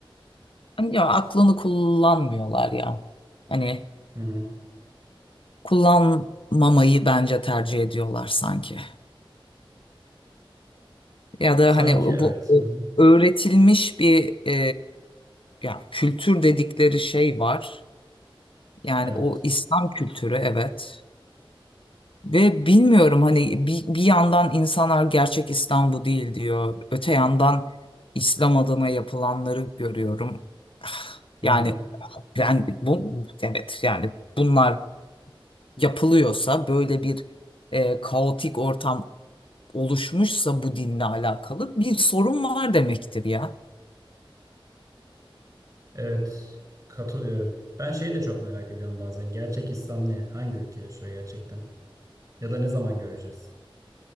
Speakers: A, on the left (about 70°); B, on the right (about 40°).
A: Hani ya aklını kullanmıyorlar ya. Hani
B: Hı hı.
A: kullanmamayı bence tercih ediyorlar sanki. Ya da
B: Sanki
A: hani bu
B: evet. Hı hı.
A: öğretilmiş bir e, ya kültür dedikleri şey var. Yani
B: Evet.
A: o İslam kültürü evet. Ve bilmiyorum hani bir, bir yandan insanlar gerçek İslam bu değil diyor. Öte yandan İslam adına yapılanları görüyorum. Ah,
B: Hı
A: Yani
B: hı.
A: ben bu evet yani bunlar yapılıyorsa böyle bir e, kaotik ortam oluşmuşsa bu dinle alakalı bir sorun var demektir ya.
B: Evet. Katılıyorum. Ben şeyi de çok merak ediyorum bazen. Gerçek İslam ne? Hangi ülke yaşıyor gerçekten? Ya da ne zaman göreceğiz?